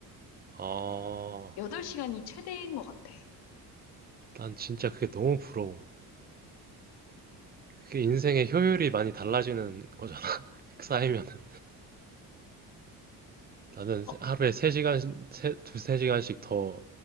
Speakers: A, on the right; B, on the left.
A: 아.
B: 8시간이 최대인 것 같아.
A: 난 진짜 그게 너무 부러워. 그게 인생의 효율이 많이 달라지는 거잖아. <laughs> 쌓이면은. 나는
B: 어,
A: 하루에 세 시간 두세 시간씩 더